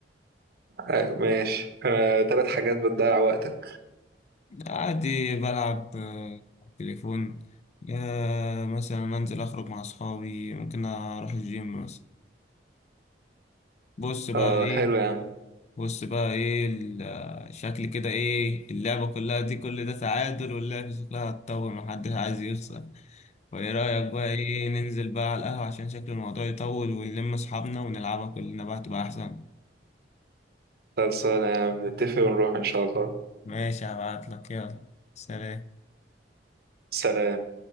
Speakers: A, on the right; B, on the left.
A: أيوة، ماشي آه، تلات حاجات بتضيع وقتك
B: عادي بلعب آه، على التليفون آه، مثلا أنزل أخرج مع أصحابي ممكن أروح الجيم مثلا بص بقى
A: آه
B: إيه
A: حلو يا عم
B: بص بقى ايه ال- شكل كده ايه اللعبة كلها دي كل ده تعادل واللعبة شكلها هتطول محدش عايز يخسر وايه رأيك بقى ايه ننزل بقى على القهوة عشان شكل الموضوع يطول ونلم اصحابنا ونلعبها كلنا بقى تبقى احسن
A: خلصانة يا عم نتفق ونروح إن شاء الله
B: ماشي هبعتلك يلا سلام
A: سلام